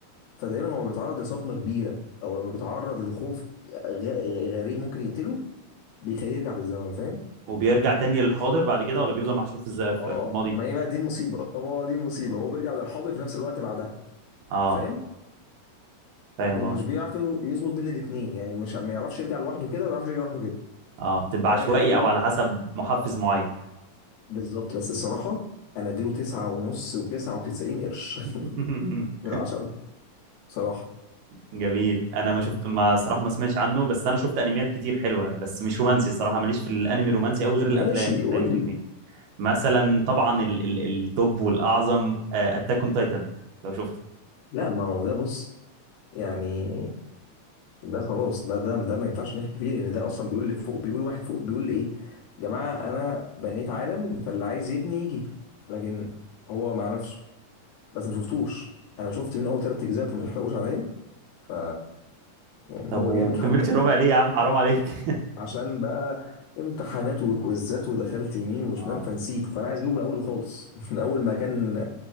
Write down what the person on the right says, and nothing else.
وبيرجع تاني للحاضر بعد كده ولا بيفضل محشور في الز- في
في الماضي
اه
فاهم
اه
اه بتبقى
عشوائي
او على حسب محفز
معين
<laughs>
جميل انا ما شفت ما صراحه ما سمعتش عنه بس انا شفت انميات كتير حلوه بس مش رومانسي الصراحه ماليش في الانمي الرومانسي قوي غير الافلام
زي الفيلمين
مثلا طبعا ال ال التوب والاعظم اتاك اون تايتن لو شفته
طب
وما
كملتش
الربع ليه يا عم حرام عليك <laughs>
اه